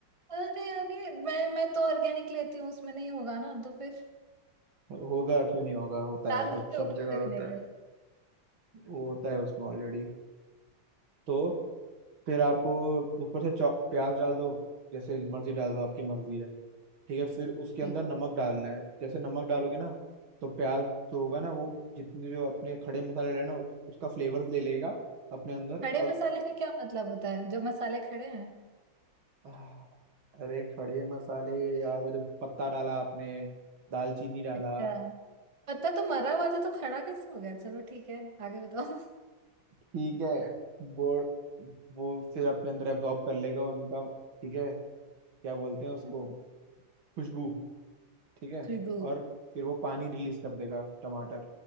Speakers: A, on the right; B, on the right.
A: अरे अरे मैं मैं तो ऑर्गेनिक लेती हूँ उसमें नहीं होगा ना तो फिर
B: होगा क्यों नहीं होगा होता
A: डाल
B: है
A: दीजिए
B: अब सब
A: ऊपर
B: जगह
A: से
B: होता
A: विनेगर
B: है वो होता है उसमें ऑलरेडी तो फिर आपको ऊपर से चौ- प्याज डाल दो जैसे मर्जी डाल दो आपकी मर्जी है ठीक है फिर उसके
A: ठीक
B: अंदर नमक
A: है
B: डालना है जैसे नमक डालोगे ना तो प्याज जो होगा ना वो जितने जो अपने खड़े मसाले डाले ना उस, उसका फ्लेवर ले लेगा अपने अंदर
A: खड़े
B: और
A: मसाले का क्या मतलब होता है जो मसाले खड़े हैं
B: आह, अरे खड़े मसाले यार वो जो पत्ता डाला आपने दालचीनी डाला
A: अच्छा पत्ता तो मरा हुआ था तो खड़ा कैसे हो गया चलो ठीक है आगे बताओ
B: ठीक है वो वो फिर अपने अंदर एब्जॉर्ब कर लेगा उनका ठीक है क्या बोलते हैं उसको
A: <laughs>
B: खुशबू ठीक है
A: खुशबू
B: और फिर वो पानी रिलीज कर देगा टमाटर